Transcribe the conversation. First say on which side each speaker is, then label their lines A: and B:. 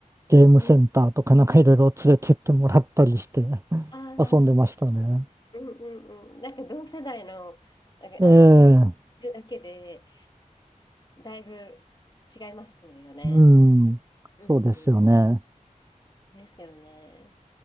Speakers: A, on the right; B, on the left.
A: ゲームセンターとかなんかいろいろ連れてってもらったりして
B: うん。ああ、うん
A: 遊んでましたね。
B: うんうん。なんか同世代の、ああの子がいるだけで、
A: ええ、
B: だいぶ違いますよね。
A: うん、
B: う
A: そうですよね。
B: ん。ですよね。